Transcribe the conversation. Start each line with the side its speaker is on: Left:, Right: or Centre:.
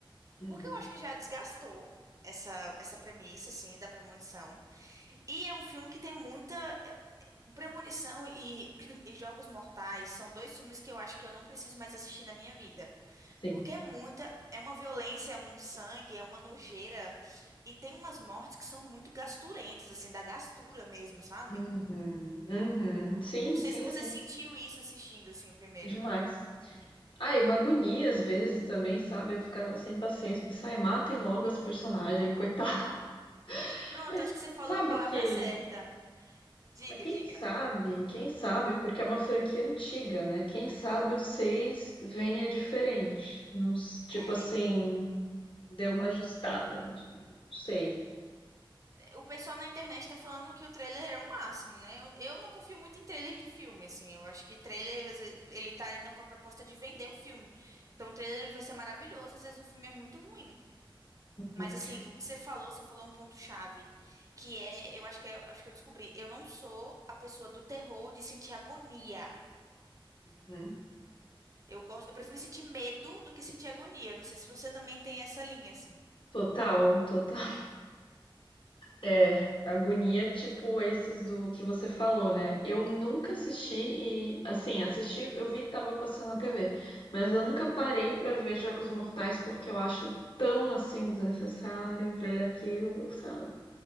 Left: Uhum,
Right: porque eu acho que já desgastou essa, essa premissa, assim, da premonição. E é um filme que tem muita é, premonição e, <clears throat> e Jogos Mortais são dois filmes que eu acho que eu não preciso mais assistir na minha vida.
Left: sim.
Right: Porque é muita, é uma violência, é um sangue, é uma nojeira. E tem umas mortes que são muito gasturentas, assim, da gastura mesmo, sabe?
Left: Uhum, uhum. Sim,
Right: Não sei
Left: sim,
Right: se você
Left: sim.
Right: sentiu isso assistindo, assim, o primeiro.
Left: Demais. Ah, e uma agonia às vezes também, sabe? Eu ficava sem paciência, pensar, ai, matem logo esse personagem, coitado. <laughs>
Right: Pronto,
Left: Mas
Right: acho que você falou
Left: sabe
Right: a palavra
Left: que.
Right: certa. Diga,
Left: Mas quem
Right: diga.
Left: sabe, quem sabe, porque é uma franquia antiga, né? Quem sabe o 6 venha diferente. Não, s- tipo
Right: É,
Left: assim, deu uma ajustada, não não sei.
Right: o pessoal na internet tá falando que o trailer é o máximo, né? Eu, eu não confio muito em trailer de filme, assim. Eu acho que trailer, às vezes, ele tá ali com a proposta de vender o filme. Então, o trailer ele vai ser maravilhoso, às vezes o filme é muito ruim.
Left: Uhum,
Right: Mas assim, o que você falou, você falou um ponto-chave, que é, eu acho que é- eu acho que eu descobri, eu não sou a pessoa do terror de sentir agonia.
Left: uhum.
Right: Eu gosto, eu prefiro sentir medo do que sentir agonia. Não sei se você também tem essa linha assim.
Left: Total, total. É, agonia, tipo esses do que você falou, né? Eu nunca assisti e, assim, assisti, eu vi que tava passando na TV, mas eu nunca parei pra ver Jogos Mortais porque eu acho tão, assim, desnecessário ver aquilo, sabe?